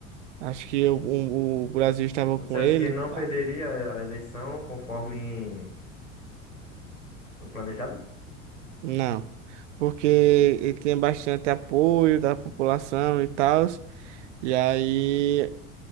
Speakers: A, on the right; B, on the left.
A: Acho que o, o, o Brasil estava
B: Você
A: com
B: acha
A: ele.
B: que ele não perderia
A: tá?
B: a eleição conforme o planejado?
A: Não, porque ele tinha bastante apoio da população e tal, e aí